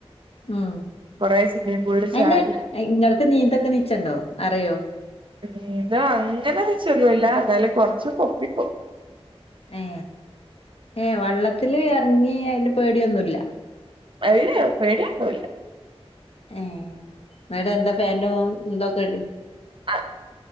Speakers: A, on the left (about 70°); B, on the right (about 55°).
A: ഉം
B: കൊറേ സ്വിമ്മിംഗ് പൂളിൽ
A: അല്ലെ
B: ചാടി
A: നിങ്ങൾക്ക് നീന്തൊക്കെ നിച്ചണ്ടോ അറിയോ
B: നീത അങ്ങനെ വെച്ചൊന്നുമല്ല എന്നല് കൊറച്ച്ും കൊപ്പിക്കും
A: ഏ ഏ വള്ളത്തിൽ ഇറങ്ങി അതിൽ പേടിയൊന്നുമില്ല
B: അത് പേടിയയാണില്ല
A: ഏ എന്നിട്ട് എന്താ പാന്റും എന്തൊക്കെ
B: ആ